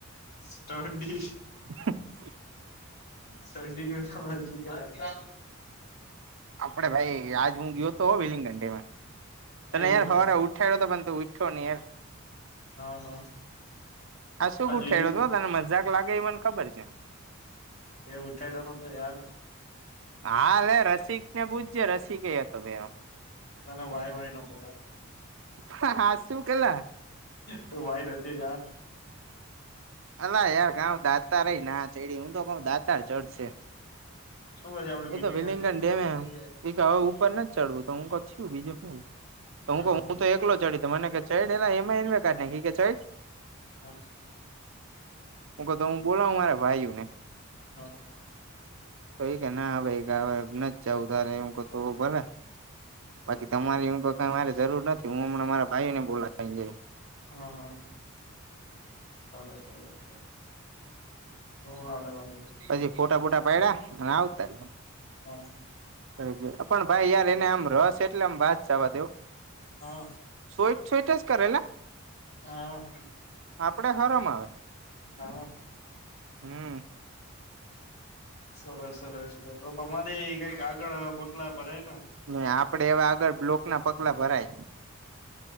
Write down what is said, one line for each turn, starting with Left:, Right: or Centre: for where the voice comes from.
Left: સ્ટડી
Right: <inaudible>
Left: શરડી નો સવાજ શું કયો
Right: આપડે ભાઈ આજ હું ગયો તો હો વેલિંગ ઘંટી માં તને
Left: એવું
Right: યાર
Left: હે
Right: હવારે ઉઠાયડો તો પણ તું ઉયઠો નહી યાર
Left: હા હા
Right: હા શુક
Left: આ
Right: ઉઠાયડો
Left: જુલિન
Right: તો તને મજાક લાગે એ મન ખબર છે
Left: એ ઉઠાયડો નતો યાર
Right: હા એલે રસિક ને પૂજજ રસીક એ હતો ભેનો
Left: ના ના વાય વાય નતો યાર
Right: હાસુકલા
Left: તો વાઈટ હતી યાર
Right: અલા યાર કાઉ દાતાર એય ના ચડી હું તો કઉ દાતાર ચડશે
Left: શું પછી આપડી
Right: એકા
Left: મીટિંગ
Right: વેલીંગન
Left: હતી એમાં
Right: ડે મે
Left: થયું
Right: મે કે હવ ઉપર નથ ચડવું તો હું કવ સુ બીજું હું તો હું
Left: હા
Right: કવ હું તો એકલો ચડી તો મને કે ચૈડ એલા હ એમા એનું હે કે કાઢ નાખી એ કે ચઢ
Left: હા
Right: હું કો તો હું બોલાવુ મારા ભાઈઓ ને
Left: હા હા
Right: તો એ કે ના ભાઈ કા અવે નથ જાવું તારે એમ કો તો ભલે બાકી તમારી એમ તો કઈ મારે જરૂર નથી હું હમણાં મારા ભાઈઓ ને બોલાઈન જઈશ
Left: હા હા સરસ સરસ છે શું આવડે બાજુ
Right: પછી ફોટા ફોટા પાયડા અન આવતા રયા
Left: હ
Right: થઈ <inaudible> ગઈ <inaudible> આ પણ ભાઈ યાર એને આમ રસ એટલે આમ વાત જાવા દયો
Left: હા
Right: છોઈટ છોઈટ જ કરેલા
Left: હા
Right: આપડે હરમ આવે
Left: હા
Right: હમ
Left: સરસ સરસ લ્યો તો તમારે કઈક આગળ પગલા ભરાય ના
Right: ને આપડે એવા આગળ બ્લોક ના પગલા ભરાય